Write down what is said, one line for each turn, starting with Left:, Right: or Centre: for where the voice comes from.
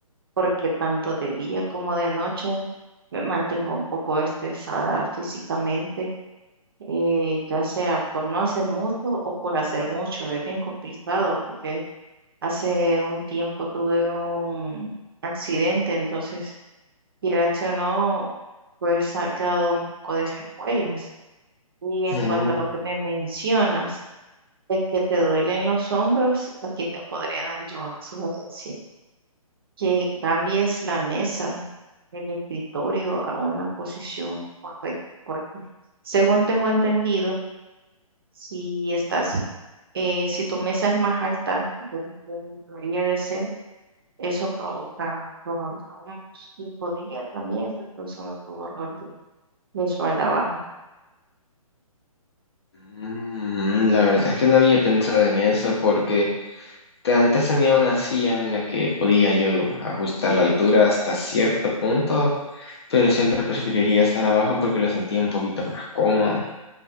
Right: porque tanto de día como de noche me mantengo un poco estresada físicamente, eh, ya sea por no hacer mucho o por hacer mucho. Es bien complicado porque hace un tiempo tuve un accidente, entonces quieras o no, pues ha quedado un poco de secuelas. Y en
Left: Mm.
Right: cuanto a lo que me mencionas, de que te duelen los hombros, aquí te podría dar yo una sugerencia, que cambies la mesa, el escritorio a una posición correcta, porque según tengo entendido, si estás, eh, si tu mesa es más alta de lo que debería de ser, eso provoca dolor de hombros y podría también estar causando tu dolor de de espalda baja.
Left: Mm, La verdad es que no había pensado en eso porque te- antes tenía una silla en la que podía yo ajustar la altura hasta cierto punto, pero siempre preferiría estar abajo porque lo sentía un poquito más cómodo.